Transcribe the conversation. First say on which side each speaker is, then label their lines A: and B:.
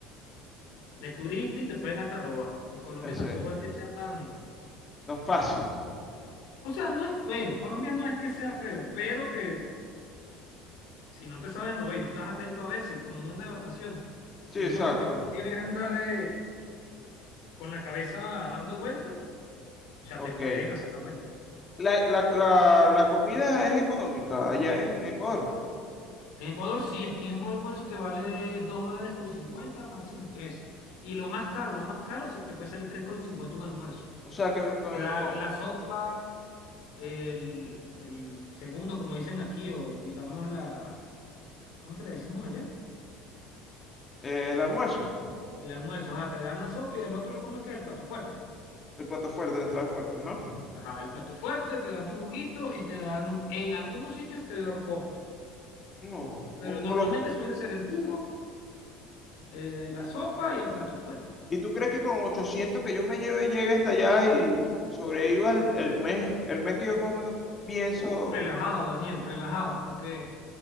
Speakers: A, on the left; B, on the left.
A: de turista y te pueden hasta robar. En Colombia
B: Ese,
A: tampoco es que sea tan...
B: no es fácil.
A: O sea, no es feo. Colombia no es que sea feo, pero te, si no te sabes mover y no estás atento a veces, y como uno anda de vacaciones,
B: Sí,
A: y
B: exacto.
A: uno lo que no quiere es andar de con la cabeza dando vuelta, o sea,
B: Ok.
A: te pueden hacer la vuelta.
B: La, la, la, la comida es económica allá en Ecuador.
A: En Ecuador sí, aquí un almuerzo te vale 2 dólares con 50 máximo 3, Y lo más caro, lo más caro, se te puede salir 3 con 50 un almuerzo.
B: O sea, que con,
A: La,
B: con,
A: la sopa, el, el segundo, como dicen aquí, o digamos la, ¿cómo es que le decimos allá?
B: eh, el almuerzo,
A: El almuerzo, ajá, te dan la sopa y el otro, ¿cómo es que es el plato fuerte?
B: el plato fuerte, la entrada fuerte, ajá.
A: Ajá, el plato fuerte, te dan tu juguito y te dan, en algunos sitios te dan postre.
B: No, vos-
A: Pero normalmente
B: vos los-
A: suele ser el jugo eh, la sopa y el plato fuerte.
B: ¿Y tú crees que con 800 que yo me lleve llegue hasta allá y sobreviva el, el mes, el mes que yo más o menos pienso?
A: Oh, Relajado, Daniel, relajado, porque